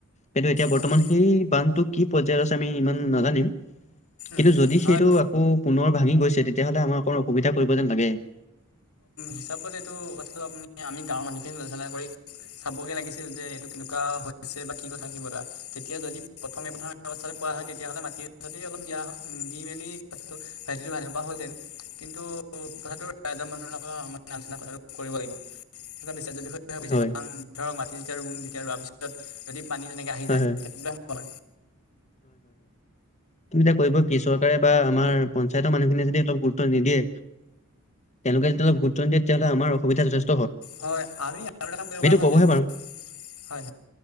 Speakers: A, on the left; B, on the left.
A: কিন্তু এতিয়া বৰ্তমান
B: হয়
A: সেই বান্ধটো কি পৰ্যায়ত আছে আমি ইমান নাজানিম। কিন্তু
B: উম
A: যদি
B: হয়।
A: সেইটো আকৌ পুনৰ ভাঙি গৈছে তেতিয়াহ'লে আমাৰ অকণ অসুবিধা কৰিব যেন লাগে।
B: হিচাপত এইটো কথাটো আপুনি আমি গাঁৱৰ মানুহখিনি আলোচনা কৰি চাবগে লাগিছিল যে এইটো কেনেকুৱা হৈছে বা কি কথা কিব দৰা তেতিয়া যদি প্ৰথমে প্ৰথমে অৱস্থালৈ পোৱা হয় তেতিয়াহ'লে মাটিৰ চাটি অলপ দিয়া দি মেলি। <unintelligible> ভানুৱা হল যেন কিন্তু কথাটোৰ মানুহৰ <unintelligible> কৰিব লাগিব স বিশ্ব বিষয়টোছে
A: হয়
B: কাৰণ ধৰক ম যেতিয়া ৰুম, ৰোৱাৰ পিছত যদি পানী তেনেকৈ আহি
A: হয়
B: যায়
A: হয়
B: তেতিয়া প্ৰব্লেম হ'ব ন।
A: তুমি এয়া কৰিব কি, চৰকাৰে বা আমাৰ পঞ্চায়তৰ মানুহখিনিয়ে যদি অলপ গুৰুত্ব নিদিয়ে। তেওঁলোকে যদি অলপ গুৰুত্ব নিদিয়ে তেতিায়া হ'লে আমৰ অসুবিধাথেষ্ট
B: হয় আমি আৰু এটা কাম কৰিব পৰা হ'ল
A: ক'বহে
B: হেতেন,
A: পাৰো
B: হয়